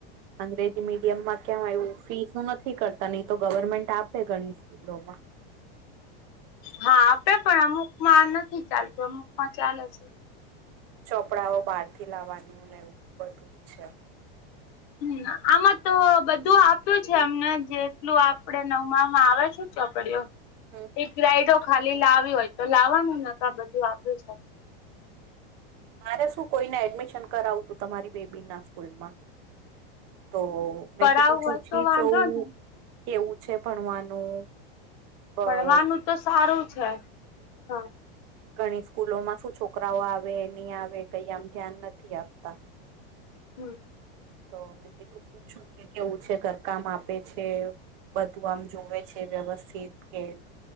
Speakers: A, on the right (about 45°); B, on the left (about 50°).
A: અંગ્રેજી મીડિયમ કેમ આવું ફીનું નથી કરતા નહી તો ગવર્મેન્ટ આપે ઘણી સ્કૂલો માં
B: હા આપે પણ અમુક માં નથી ચાલતું અમુકમાં ચાલે છે.
A: ચોપડાઓ બહાર થી લાવવાનું ને એવું બધું જ છે.
B: હમ આમાં તો બધું આપ્યું છે એમને જેટલું આપે નવમામાં આવે છે ચોપડિયો.
A: હમ
B: એક ગ્રાઈડો ખાલી લાવી હોય તો લાવવાનું ન બધું આવ્યું છે.
A: મારે શું કોઈને એડમિશન કરાવું તું તમારી બેબી ના સ્કૂલ માં. તો મેં
B: કરાવું
A: કીધું પૂછી
B: હોય તો વાંધો
A: જઉં
B: નહી
A: કેવું છે ભણવાનું? બસ
B: ભણવાનું તો સારું છે હા.
A: ઘણી સ્કૂલો માં શું છોકરાઓ આવે નહી આવે કઈ આમ ધ્યાન નથી આપતા.
B: હમ્મ.
A: તો મેં કીધું પૂછું કે કેવું છે ઘર કામ આપે છે. બધું આમ જોવે છે વ્યવસ્થિત કે.